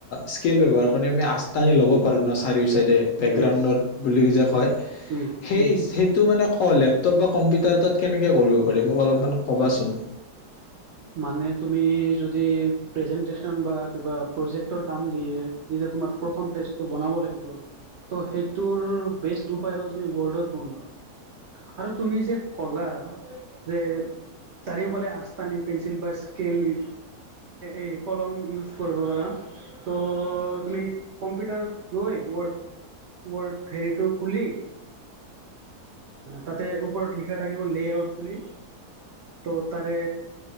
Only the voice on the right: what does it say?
য়েছ
উম
মানে তুমি যদি প্ৰেজেণ্টেশ্যন বা কিবা প্ৰজেক্টৰ কাম দিয়ে, যেতিয়া তোমাৰ প্ৰথম পেজটো বনাব লাগিব, ত' সেইটোৰ বেষ্ট উপায় হ'ল তুমি ৱৰ্ডত বনোৱা আৰু তুমি যে ক'লা যে চাৰিওফালে আঁচ টানি পেঞ্চিল বা স্কেল এই এই কলম ইউজ কৰিব পাৰা। ত' তুমি কম্পিউটাৰত গৈ ৱৰ্ড ৱৰ্ড হেৰিটো খুলি তাতে ওপৰত লিখা থাকিব লে আউট বুলি, ত' তাৰে